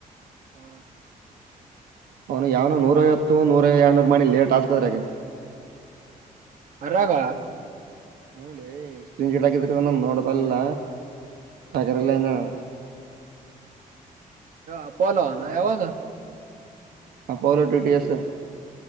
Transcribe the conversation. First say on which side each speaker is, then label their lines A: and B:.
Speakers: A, on the right (about 60°); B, on the right (about 80°).
A: ಹ್ಮ
B: ಅವನು ಯಾವನ ನೂರವತ್ತು ನೂರ ಹಂಡ ಮಾಡಿ ಲೇ ಟಾಸ್ಕ್ ಅದ್ರೆಗೆ.
A: ಅರಾಗ
B: ಅಂಗಲೆ ಇಷ್ಟನ್ ಚೀಡಾಕಿ ಬಂದ ಅಂದೋ ತಲ್ಲಲ್ಲ. ತಗರಲ್ಲಂದ.
A: ಅಪೋಲ ಯಾವನು
B: ಅಪಲೋ ಟಿ ಟಿ ಎಸ್